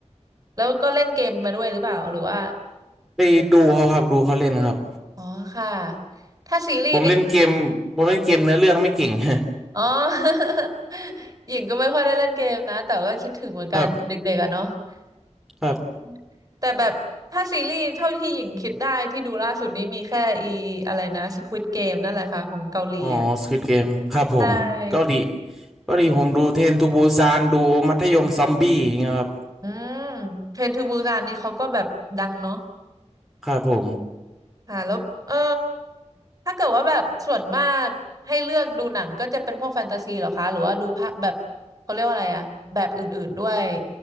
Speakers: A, on the right (about 30°); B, in the centre.
A: แล้วก็เล่นเกมมาด้วยหรือเปล่าหรือว่า
B: ไปดูเขาครับดูเขาเล่นครับ
A: อ๋อค่ะถ้าซีรีส์นี่
B: ผมเล่นเกมผมเล่นเกมเนื้อเรื่องไม่เก่ง <laughs>
A: อ๋อ <laughs> หญิงก็ไม่ค่อยได้เล่นเกมนะ แต่ก็คิดถึงเหมือนกันเด็กๆอะเนาะ
B: ครับ ครับ
A: อืมแต่แบบถ้าซีรีส์เท่าที่หญิงคิดได้ที่ดูล่าสุดนี้มีแค่อีอะไรนะ Squid Game นั่นแหละค่ะของเกาหลีอ่ะ
B: อ๋อสควิดเกมครับผมก็ดี
A: ใช่
B: ก็ดีผมดูเทรนทูบูซานดูมัธยมซอมบี้อย่างเงี้ยครับ
A: อืมเทรนทูบูซานนี่เขาก็แบบดังเนาะ
B: ครับผม
A: ค่ะแล้วเออถ้าเกิดว่าแบบส่วนมากให้เลือกดูหนังก็จะเป็นพวกแฟนตาซีเหรอคะหรือว่าดูภาพแบบเขาเรียกว่าอะไรอะแบบอื่นๆด้วย